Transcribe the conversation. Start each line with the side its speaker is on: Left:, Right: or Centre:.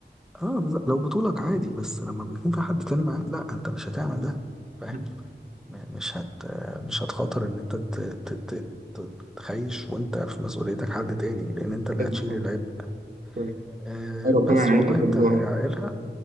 Centre: اه بز- لو بطولك عادي بس لما بيكون في حد تاني معاك لا أنت مش هتعمل ده فاهم
Right: مم.
Centre: م- مش هت مش هتخاطر إن أنت ت- ت- ت- ت- تخيش وأنت في مسؤوليتك حد تاني لأن أنت اللي
Right: ايوه
Centre: هتشيل
Right: طبعا.
Centre: العبء
Right: طيب.
Centre: آه
Right: ربنا
Centre: بس
Right: يعينك
Centre: والله انت
Right: والله
Centre: عائلها